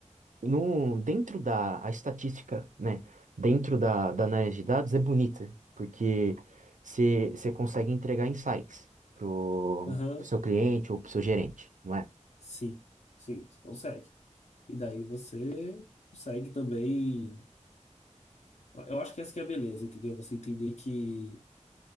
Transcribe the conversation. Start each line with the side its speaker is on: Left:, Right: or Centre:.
Right: no, dentro da a estatística, né? Dentro da, da análise de dados é bonita, porque você você consegue entregar insights pro,
Left: Aham.
Right: pro seu cliente ou pro seu gerente, não é?
Left: Sim. Sim, você consegue. E daí você consegue também. Eu acho que essa que é a beleza, entendeu? Você entender que